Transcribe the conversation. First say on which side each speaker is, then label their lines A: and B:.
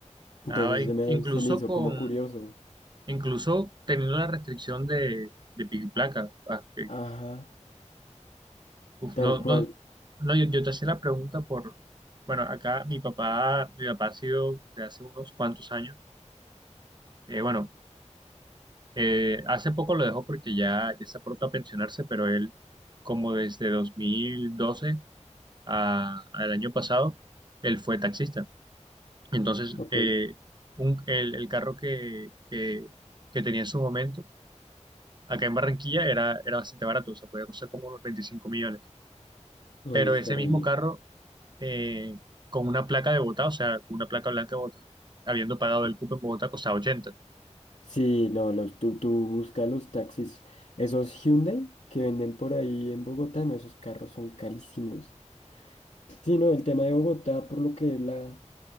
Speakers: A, on the left; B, on the right.
A: Entonces
B: Ah, va, in-
A: se me,
B: incluso
A: se me hizo
B: con,
A: como curioso.
B: incluso teniendo la restricción de, de pico y placa. ah, que-
A: Ajá,
B: uf,
A: tal
B: no,
A: cual.
B: no, no, yo, yo te hacía la pregunta por, bueno, acá mi papá, mi papá ha sido de hace unos cuantos años, eh, bueno, eh, hace poco lo dejó porque ya, ya está pronto a pensionarse, pero él como desde 2012 a- al año pasado, él fue taxista. Entonces,
A: Ok.
B: eh, un- el, el carro que, que- que tenía en su momento, acá en Barranquilla, era, era bastante barato, o sea, podía costar como unos 25 millones.
A: Oye,
B: Pero
A: está
B: ese
A: re
B: mismo
A: bien.
B: carro, eh, con una placa de Bogotá, o sea, con una placa blanca de Bogotá, habiendo pagado
A: Sí,
B: el cupo en Bogotá, costaba ochenta
A: Sí, no, los, tú, tú buscas los taxis. Esos Hyundai que venden por ahí en Bogotá, no, esos carros son carísimos. Sí, no, el tema de Bogotá, por lo que es la,